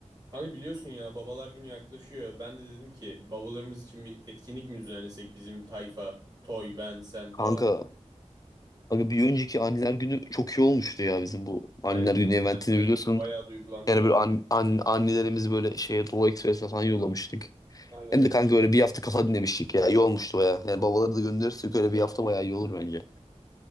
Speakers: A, on the right (about 30°); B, on the left (about 30°).
A: Kanka biliyorsun ya babalar günü yaklaşıyor. Ben de dedim ki babalarımız için bir etkinlik mi düzenlesek bizim tayfa, Toy, ben, sen falan.
B: Kanka, abi bir önceki anneler günü çok iyi olmuştu ya bizim bu anneler
A: Aynen
B: günü eventini
A: benler
B: biliyorsun.
A: günü de bayağı duygulandılar.
B: Yani böyle an, an- annelerimizi böyle şeye Doğu Ekspres'e falan yollamıştık.
A: Aynen
B: Hem
A: kanka.
B: de kanka böyle bir hafta kafa dinlemiştik ya. İyi olmuştu baya. Yani babaları da gönderirsek öyle
A: E,
B: bir hafta baya iyi olur bence.